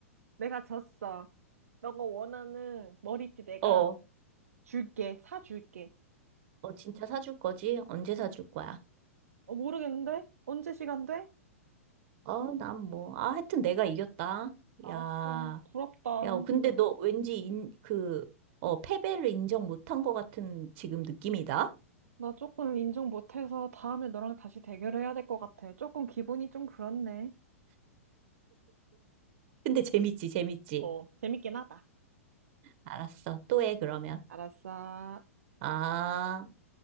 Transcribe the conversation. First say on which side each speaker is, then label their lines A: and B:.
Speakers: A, on the right; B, on the right.
A: 내가 졌어. 너가 원하는 머리띠 내가
B: 어,
A: 줄게. 사줄게.
B: 어, 진짜 사줄 거지? 언제 사줄 거야?
A: 어, 모르겠는데? 언제 시간 돼?
B: 어, 난 뭐, 아, 하여튼 내가 이겼다.
A: 알았어.
B: 야,
A: 부럽다.
B: 야, 근데 너 왠지 인, 그, 어, 패배를 인정 못한 것 같은 지금 느낌이다?
A: 나 조금 인정 못해서 다음에 너랑 다시 대결해야 될 것 같아. 조금 기분이 좀 그렇네.
B: 근데 재밌지, 재밌지.
A: 어, 재밌긴 하다.
B: 알았어. 또 해, 그러면.
A: 알았어.
B: 아.